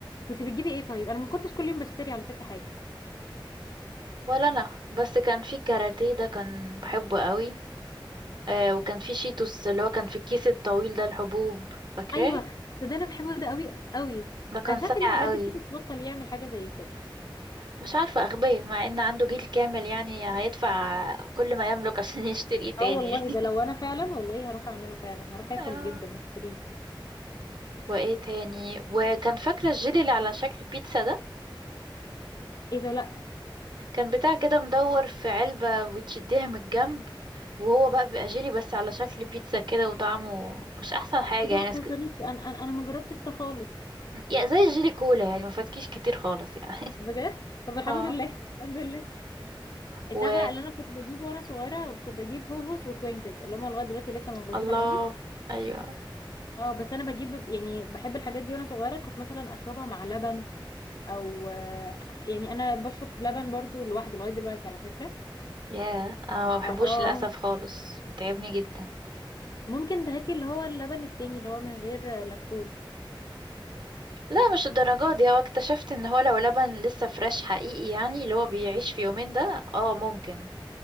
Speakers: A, on the left; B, on the right.
A: كنت بتجيبي ايه طيب انا ما كنتش كل يوم بشتري على فكره حاجه
B: ولا انا بس كان في كاراتيه ده كان بحبه قوي آه وكان في شيتوس اللي هو كان في الكيس الطويل ده الحبوب فاكراه
A: ايوه ده, ده انا بحبه ده قوي قوي
B: ده كان
A: انا مش
B: ساقع
A: عارفه ليه
B: قوي
A: بجد شيتوس بطل يعمل حاجه زي كده
B: مش عارفة أغبية مع إن عنده جيل كامل يعني هيدفع كل ما يملك عشان <laughs> يشتري إيه تاني
A: اه والله ده لو انا فعلا والله هروح اعمله فعلا هروح اكل
B: <laughs> آه.
A: جدا واشتريه
B: وإيه تاني وكان فاكرة الجيلي اللي على شكل بيتزا ده
A: ايه ده لا
B: كان بتاع كده مدور في علبة وتشديها من الجنب وهو بقى بيبقى جيلي بس على شكل بيتزا كده وطعمه مش أحسن حاجة
A: ده
B: يعني
A: ما
B: ناس
A: تهزريش
B: ك...
A: انا انا انا ما جربتش ده خالص
B: يعني زي الجيلي كولا يعني ما فاتكيش كتير خالص يعني <laughs>
A: بجد طب الحمد
B: اه
A: لله الحمد لله
B: و
A: انت عارفه لا اللي انا كنت بجيبه وانا صغيره كنت بجيب هوهوس وتوينكس اللي هم لغايه دلوقتي لسه موجودين
B: الله
A: عادي
B: أيوه
A: اه بس انا بجيب يعني بحب الحاجات دي وانا صغيره كنت مثلا اشربها مع لبن او آه، يعني انا بشرب لبن برضو لوحده لغايه دلوقتي على فكره
B: ياه أنا ما بحبوش
A: ف- اه
B: للأسف خالص بيتعبني جدا
A: ممكن هاتي اللي هو اللبن التاني اللي هو من غير لاكتوز
B: لا مش الدرجات دي هو اكتشفت ان هو لو لبن لسه فريش حقيقي يعني اللي هو بيعيش في يومين ده اه ممكن